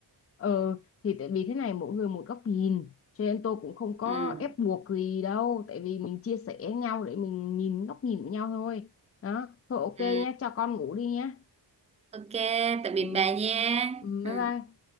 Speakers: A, on the left (about 35°); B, on the right (about 15°).
A: Ờ thì tại vì thế này mỗi người một góc nhìn cho nên tôi cũng không có
B: ừ,
A: ép buộc gì đâu tại vì mình chia sẻ nhau để mình nhìn góc nhìn của nhau thôi đó thôi ok
B: ừ.
A: nhá cho con ngủ đi nhá
B: Ok, tạm biệt
A: ừ,
B: bà nha.
A: ừ,
B: Ừ.
A: bye bye